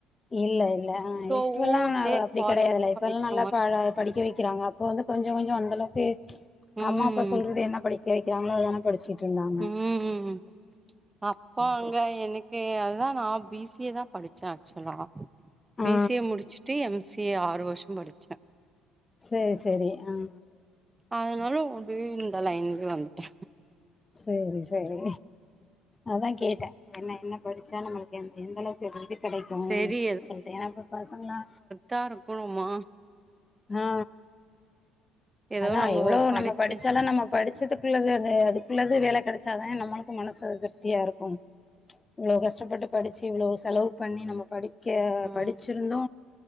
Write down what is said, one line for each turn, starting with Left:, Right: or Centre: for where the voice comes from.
Left: இல்ல இல்ல
Right: சோ
Left: இப்பல்லா
Right: ஊர்லயே
Left: அப்படி
Right: காலேஜ்ல
Left: கெடையாதுல்ல இப்பல்லா
Right: படிக்கிற
Left: நல்லா
Right: மாரி
Left: படிக்க வைக்க க்கிறாங்க அப்ப வந்து கொஞ்ச கொஞ்ச அந்தளவுக்கு
Right: ம்
Left: அம்மா அப்பா சொல்றது என்ன படிக்க வைக்கிறாங்களோ ஒனக் படிச்சுட்ருந்தாங்
Right: ம் அப்ப அங்க
Left: சரி.
Right: எனக் கு அதுதா நா பி சி ஏ தா படிச்சே ஆக்சுவலா
Left: ஆ
Right: பி சி ஏ முடிச்சுட்டு எம் சி ஏ ஆறு வருஷம் படிச்சே
Left: சேரி சரி ஆ
Right: அதனால ஒந்து இந்த லைன்லயே வந்துட்டே
Left: சேரி சேரி அதா கேட்டே என்ன என்ன படிச்சா நம்மளுக்கு எந் எந்தளவுக் கேட்டுகிட்டே கெடைக்கு
Right: செரி
Left: சொல்லிட்டே ஏன்னா இப்ப பசங்கலா
Right: காரம் போதுமா
Left: ஆ
Right: ஏதோ
Left: அதா
Right: நம்ம
Left: எவ்வளோ
Right: படிச்சு
Left: நம்ம படிச்சாலு நம்ம படிச்சதுக்குள்ளது அது அதுக்குள்ளது வேலை கெடைச்சாதா நம்மளுக்கு மனசு அ திருப்தியா இருக்கு இவ்வளோ கஷ்டப்பட்டு படிச்சு இவ்வளோ செலவு பண்ணி நம்ம படி கே
Right: ம்
Left: படிச்சிருந்து